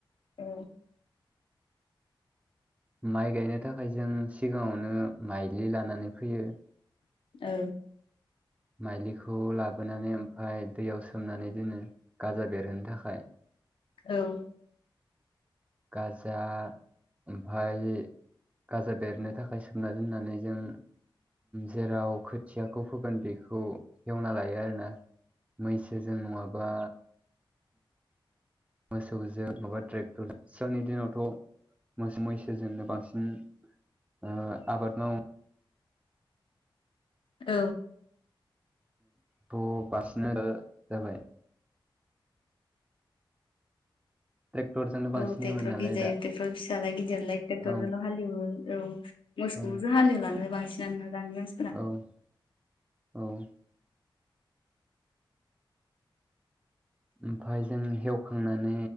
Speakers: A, on the left; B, on the right.
A: औ
B: माइ गायनो थाखाय जों सिगाङावनो माइलि लानानै फैयो
A: औ
B: माइलिखौ लाबोनानै ओमफ्राय दैयाव सोमनानै दोनो गाजा बेरहोनो थाखाय
A: औ।
B: गाजा ओमफ्राय गाजा बेरनो थाखाय सोमना दोननानै जों जेराव खोथियाखौ फोगोन बेखौ एवना लायो आरोना। मैसोजों नङाबा मोसौजों माबा ट्रेक्टर सिगांनि दिनावथ' मोसौ मैसोजोंनो बांसिन ओ आबाद मावो।
A: औ।
B: थ बारसिनेल जाबाय ट्रेक्टरजोंनो बांसिन
A: औ ट्रेक्टर
B: एवो नालाय
A: गिदिर
B: दा
A: ट्रेक्टर फिसालाय गिदिरलाय ट्रेक्टरजोंल'
B: औ
A: हाललिवो औ मोसौसो
B: औ
A: हालेवलानो बांसिनानो दानि मानसिफोरा
B: औ औ ओमफाय जों हेवखांनानै